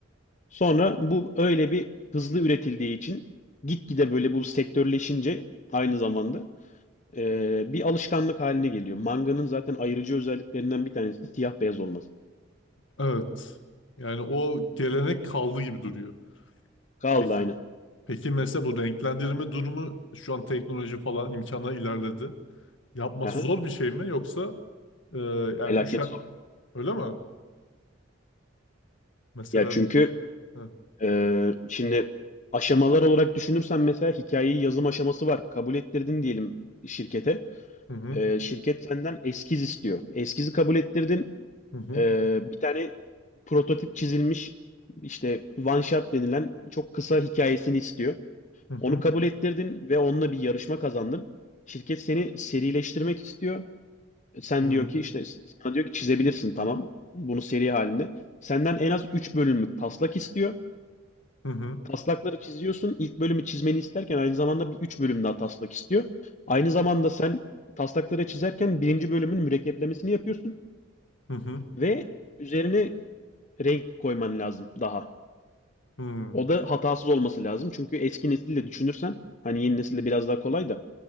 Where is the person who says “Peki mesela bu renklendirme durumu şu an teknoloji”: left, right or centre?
Left